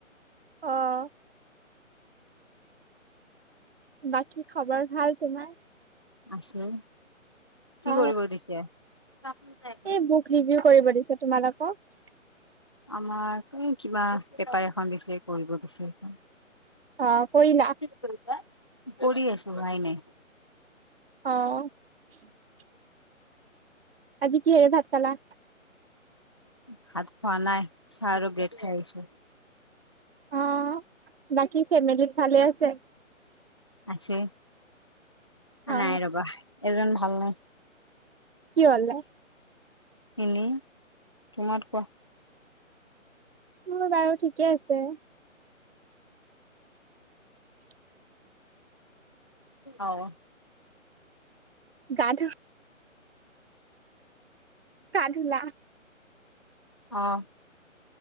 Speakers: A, on the right; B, on the left.
A: অ', বাকী খবৰ ভাল তোমাৰ?
B: আছোঁ,
A: অ
B: কি কৰিব দিছে? <inaudible>
A: এই বুক ৰিভিউ কৰিব দিছে তোমালোকক?
B: আমাক এই কিবা পেপাৰ এখন দিছে কৰিব দিছে সেইখন।
A: অ', কৰিলা?
B: কৰি আছো হোৱাই নাই।
A: অ', <inaudible> আজি কি হেৰে ভাত খালা?
B: ভাত খোৱা নাই, চাহ আৰু ব্ৰেড খাই আহিছো।
A: অ বাকী ফেমিলিত ভালে আছে?
B: আছে, এ
A: অ
B: নাই ৰ'বা, এজন ভাল নাই।
A: কি হ'লে?
B: এনেই, তোমাৰ কোৱা?
A: মোৰ বাৰু ঠিকে আছে। <inaudible>
B: অ'।
A: গা ধু গা ধূলা?
B: অ'।